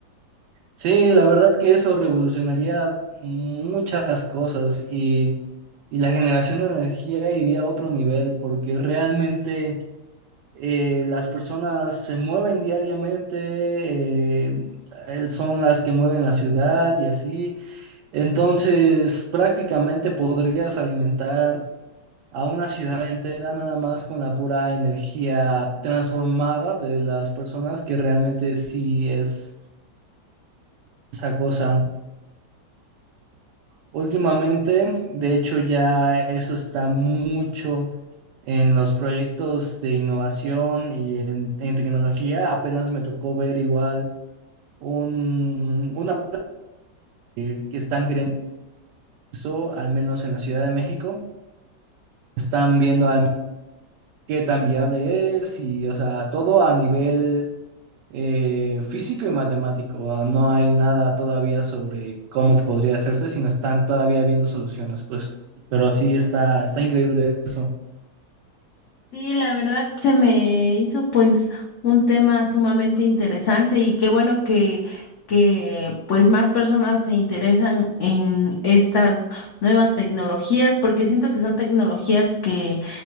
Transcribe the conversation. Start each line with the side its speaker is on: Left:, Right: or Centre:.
Right: Sí, la verdad que eso revolucionaría muchas cosas y, y la generación de energía iría a otro nivel porque realmente eh, las personas se mueven diariamente, eh, el- son las que mueven la ciudad y así. Entonces, prácticamente podrías alimentar a una ciudad entera nada más con la pura energía transformada de las personas que realmente sí es esa cosa. Últimamente, de hecho, ya eso está mucho en los proyectos de innovación y en, en tecnología. Apenas me tocó ver igual un, una pla- eh, que están queriendo eso, al menos en la Ciudad de México. Están viendo al- qué tan viable es y, o sea, todo a nivel eh, físico y matemático. Ah, No hay nada todavía sobre cómo podría hacerse, sino están todavía viendo soluciones, pues. Pero sí está, está increíble eso.
Left: Sí, la verdad se me hizo pues un tema sumamente interesante y qué bueno que, que pues más personas se interesan en estas nuevas tecnologías porque siento que son tecnologías que,